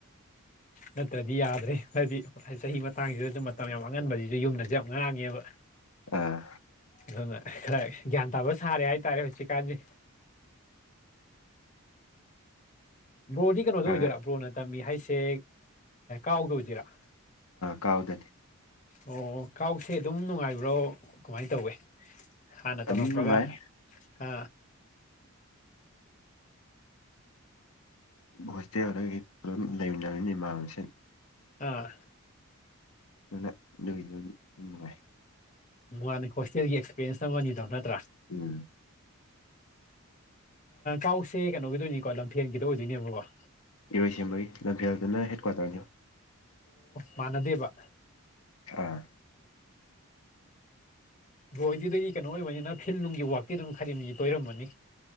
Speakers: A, on the left; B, on the left.
A: ꯅꯠꯇ꯭ꯔꯗꯤ ꯌꯥꯗ꯭ꯔꯦ ꯍꯥꯏꯗꯤ ꯆꯍꯤ ꯃꯇꯥꯡꯁꯤꯗꯁꯨ ꯃꯇꯝ ꯌꯥꯝ ꯑꯉꯟꯕꯁꯤꯕꯁꯤꯁꯨ ꯌꯨꯝꯗ ꯌꯥꯝ ꯌꯥꯝ ꯉꯥꯡꯉꯦꯕ
B: ꯑꯥ
A: ꯑꯗꯨꯅ ꯈꯔ ꯒ꯭ꯌꯥꯟ ꯇꯕꯨꯣ ꯁꯔꯦ ꯍꯥꯏꯇꯥꯔꯦ ꯍꯧꯁꯤꯤ ꯀꯥꯟꯁꯤ ꯕ꯭ꯔꯣꯗꯤ ꯀꯩꯅꯣꯗ
B: ꯈꯔ
A: ꯑꯣꯏꯗꯣꯏꯔꯥ ꯕ꯭ꯔꯣꯅ ꯇꯝꯃꯤ ꯍꯥꯏꯁꯦ ꯀꯥꯎꯗ ꯑꯣꯏꯗꯣꯏꯔꯥ
B: ꯀꯥꯎꯗꯅꯦ
A: ꯑꯣ ꯀꯥꯎꯁꯦ ꯑꯗꯨꯝ ꯅꯨꯡꯉꯥꯏꯕ꯭ꯔꯣ ꯀꯃꯥꯏꯅ ꯇꯧꯋꯦ ꯍꯥꯟꯅ ꯇꯝꯃꯛꯄꯒ
B: ꯑꯗꯨꯝ ꯅꯨꯡꯉꯥꯏ
A: ꯑ
B: ꯚꯣꯁꯇꯤ ꯑꯣꯏꯔꯒꯒꯤ ꯄꯨꯝ ꯂꯩꯃꯤꯟꯅꯕꯅꯤꯃꯁꯤꯡ
A: ꯑꯥ
B: ꯑꯗꯨꯅ ꯑꯗꯨꯒꯤꯁꯨ ꯑꯗꯨꯝ ꯅꯨꯡꯉꯥꯏ
A: ꯃꯥꯥꯟ ꯍꯣꯇꯦꯜꯒꯤ ꯑꯦꯛꯁꯄꯤꯔꯤꯌꯦꯟꯁ ꯇꯧꯃꯅꯤꯗꯕ ꯅꯠꯇ꯭ꯔ
B: ꯎꯝ
A: ꯀꯥꯎꯁꯦ ꯀꯩꯅꯣꯒꯤꯗꯣꯏꯅꯤꯀꯣ ꯂꯝꯐꯦꯟꯒꯤꯗ ꯑꯣꯏꯗꯣꯏꯅꯦꯕꯀꯣ
B: ꯏꯔꯣꯏꯁꯦꯝꯃꯔꯤ ꯂꯝꯐꯦꯜꯗꯨꯅ ꯍꯦꯠꯀ꯭ꯋꯥꯇꯔꯅꯤ
A: ꯃꯅꯗꯦꯕ
B: ꯑꯥ
A: ꯕꯣꯏꯗꯨꯗꯗꯤ ꯀꯩꯅꯣ ꯑꯣꯏꯕꯅꯤꯅ ꯐꯤꯜ ꯅꯨꯡꯒꯤ ꯋꯥꯛꯇꯤ ꯑꯗꯨꯝ ꯈꯗꯤꯝ ꯇꯣꯏꯔꯃꯅꯤ